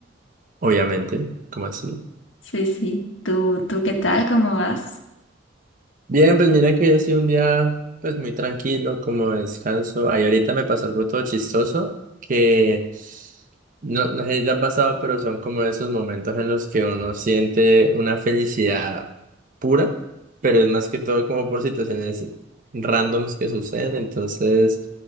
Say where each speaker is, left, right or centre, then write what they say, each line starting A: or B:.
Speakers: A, on the right; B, on the left.
A: Obviamente, ¿cómo así?
B: Sí, sí. ¿Tú, tú qué tal? ¿Cómo vas?
A: Bien, pues mira que hoy ha sido un día pues muy tranquilo, como de descanso. Ahí ahorita me pasó algo todo chistoso que no, no sé si te ha pasado, pero son como esos momentos en los que uno siente una felicidad pura, pero es más que todo como por situaciones randoms que suceden. Entonces,